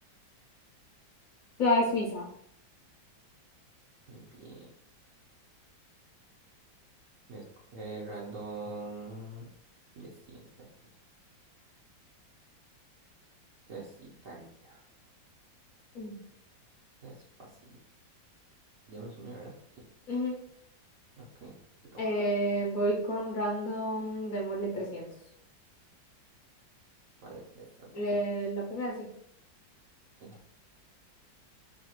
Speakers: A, on the left (about 60°); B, on the right (about 55°).
A: ¿Sabes? Suiza.
B: muy bien. Voy a escoger random de cinta. Esta es Italia.
A: Mm.
B: Esta Es fácil. Ya me sumé, ¿verdad? Sí.
A: Ujú.
B: Ok, te toca.
A: Eh, voy con Random, démosle trescientos
B: ¿Cuál de estas dos?
A: Eh, la primera, sí.
B: Esa.